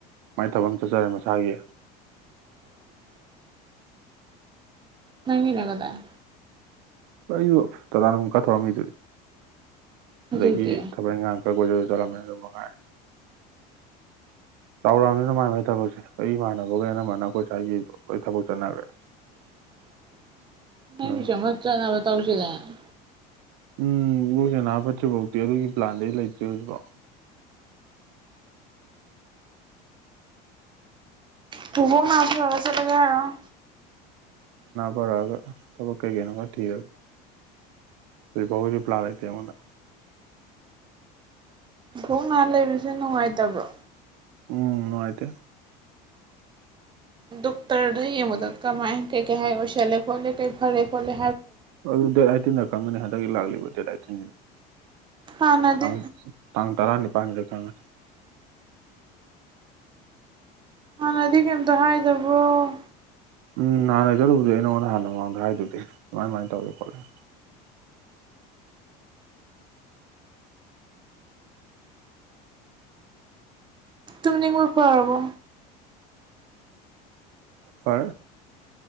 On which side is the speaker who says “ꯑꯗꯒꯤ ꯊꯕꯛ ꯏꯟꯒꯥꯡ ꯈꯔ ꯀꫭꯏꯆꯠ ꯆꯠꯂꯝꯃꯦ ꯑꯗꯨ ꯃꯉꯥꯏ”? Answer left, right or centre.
Right